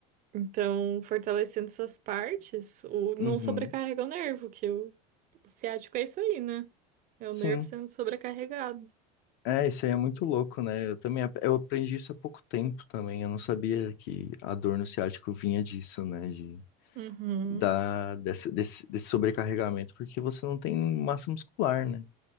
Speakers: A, on the right (about 45°); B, on the left (about 60°).
A: Então, fortalecendo essas partes, o, não
B: Uhum.
A: sobrecarrega o nervo, que o, o ciático é isso aí, né? É
B: Sim.
A: o nervo sendo sobrecarregado.
B: É, isso aí é muito louco, né? Eu também ap- eu aprendi isso há pouco tempo também. Eu não sabia que a dor no ciático vinha disso, né? De,
A: Uhum.
B: da, desse, desse, desse sobrecarregamento, porque você não tem massa muscular, né?